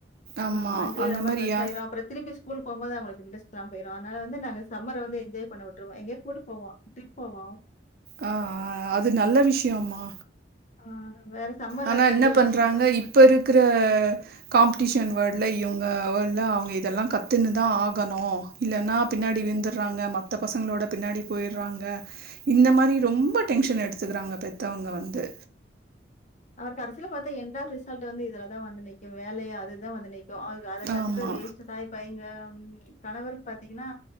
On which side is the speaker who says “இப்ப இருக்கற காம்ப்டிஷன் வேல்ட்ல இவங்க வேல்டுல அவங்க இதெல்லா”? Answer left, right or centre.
Right